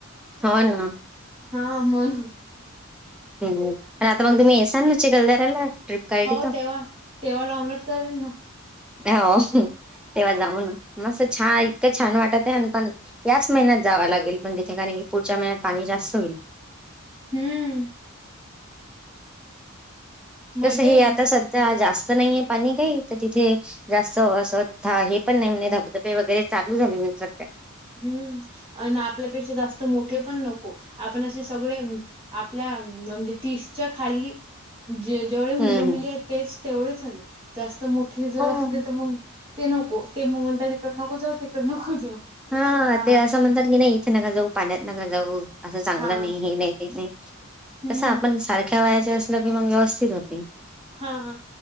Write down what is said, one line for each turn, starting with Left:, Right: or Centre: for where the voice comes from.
Centre: हो ना.
Right: हा म्हणून.
Centre: हम्म आता मग
Right: असं.
Centre: तुम्ही येसाल न चिखलदऱ्याला? ट्रिप काढली
Right: हो
Centre: तर
Right: तेव्हा तेव्हा डाउनलोड करेल न.
Centre: हो तेव्हा जाऊ न छान इतकं छान वाटत. पण याच महिन्यात जाव लागेल पण तिथे कारण की पुढच्या महिन्यात पाणी जास्त होईल.
Right: हम्म. मजा
Centre: कस हे
Right: येईल
Centre: आता सध्या जास्त नाहीये पाणी काही त तिथे. जास्त असं हे पण नाही म्हणजे धबधबे वगैरे चालू झाले म्हणजे सध्या
Right: हम्म आणि आपल्यापेक्षा जास्त मोठे पण नको आपण असे सगळे आपल्या म्हणजे तीसच्या खाली जे जेवढे मुलं
Centre: हम्म
Right: मुली
Centre: हम्म
Right: आहेत तेच तेवढेच हवे जास्त मोठे जर असले
Centre: हो
Right: तर मग ते नको. ते मग म्हणता तकडे नको जाऊ तिकडे नको जाऊ.
Centre: ह
Right: हा
Centre: ते असं म्हणतात की नाही इथे नका जाऊ, पाण्यात नका जाऊ, असं चांगलं
Right: हा
Centre: नाही हे नाही ते नाही.
Right: हम्म
Centre: कसं आपण सारख्या वयाचे असल की मग व्यवस्थित होते.
Right: हा हा